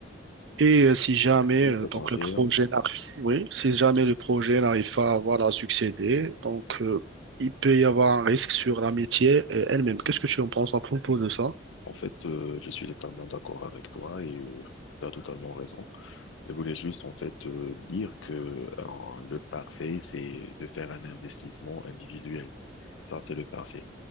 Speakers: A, on the right; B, on the left.
A: et euh, si jamais
B: Oui,
A: euh,
B: je
A: donc
B: confirme.
A: le projet n'arrive oui si jamais le projet n'arrive pas à voilà à succéder donc euh, il peut y avoir un risque sur l'amitié euh, elle-même qu'est-ce que tu en penses à propos de ça?
B: En fait, euh, je suis totalement d'accord avec toi et euh, tu as totalement raison. Je voulais juste en fait euh, dire que euh, le parfait, c'est de faire un investissement individuel. Ça, c'est le parfait.